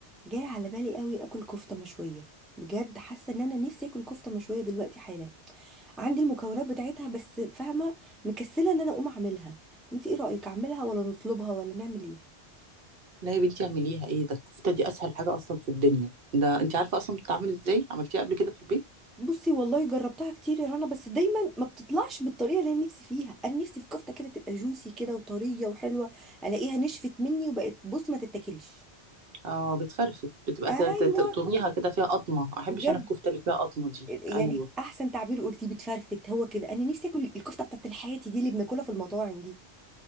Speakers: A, in the centre; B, on the right (about 60°).
A: جاي على بالي قوي اكل كفته مشويه بجد حاسه ان انا نفسي اكل كفته مشويه دلوقتي حالا عندي المكونات بتاعتها بس فاهمه مكسله ان انا اقوم اعملها انت ايه رايك اعملها ولا نطلبها ولا نعمل ايه
B: لا يا بنتي اعمليها ايه ده الكفته دي اسهل حاجه اصلا في الدنيا ده انت عارفه اصلا بتتعمل ازاي عملتيها قبل كده في البيت
A: بصي والله جربتها كتير يا رنا بس دايما ما بتطلعش بالطريقه اللي انا نفسي فيها انا نفسي في كفته كده تبقى جوسي كده وطريه وحلوه الاقيها نشفت مني وبقت بص ما تتاكلش
B: اه بتفرفت بتبقى
A: ايوه
B: ت- ت- تقطميها كده فيها قطمه ما احبش
A: بجد
B: انا الكفته اللي فيها قطمه دي
A: يعني
B: ايوه
A: احسن تعبير قلتيه بتفرفت هو كده انا نفسي اكل الكفته بتاعت الحياتي دي اللي بناكلها في المطاعم دي